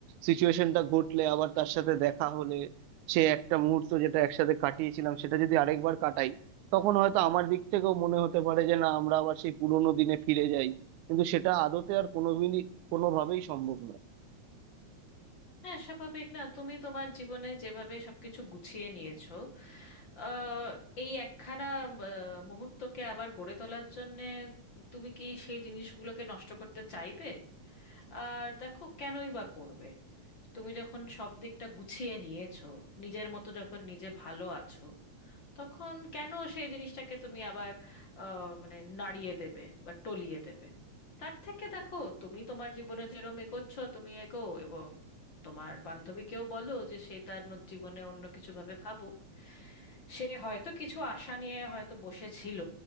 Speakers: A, on the right (about 85°); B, on the left (about 45°).
A: সিচুয়েশনটা ঘটলে আবার তার সাথে দেখা হলে সে একটা মুহূর্ত যেটা একসাথে কাটিয়েছিলাম সেটা যদি আরেকবার কাটাই তখন হয়তো আমার দিক থেকেও মনে হতে পারে যে না আমরা আবার সেই পুরোনো দিনে ফিরে যাই কিন্তু সেটা আদতে আর কোনোদিনই কোনোভাবেই সম্ভব নয়
B: হ্যাঁ স্বাভাবিক না তুমি তোমার জীবনে যেভাবে সবকিছু গুছিয়ে নিয়েছো আহ, এই একখানা আহ, মুহূর্তকে আবার গড়ে তোলার জন্যে তুমি কি সেই জিনিসগুলোকে নষ্ট করতে চাইবে আর দেখো কেনই বা করবে তুমি যখন সব দিকটা গুছিয়ে নিয়েছো নিজের মতো যখন নিজে ভালো আছো তখন কেন সেই জিনিসটাকে তুমি আবার আহ, মানে নাড়িয়ে দেবে বা টলিয়ে দেবে তার থেকে দেখো তুমি তোমার জীবনে যেরম এগোচ্ছ তুমি এগো এবং তোমার বান্ধবীকেও বলো যে সে তার ন- জীবনে অন্য কিছু ভাবে ভাবুক সে হয়তো কিছু আশা নিয়ে হয়তো বসেছিল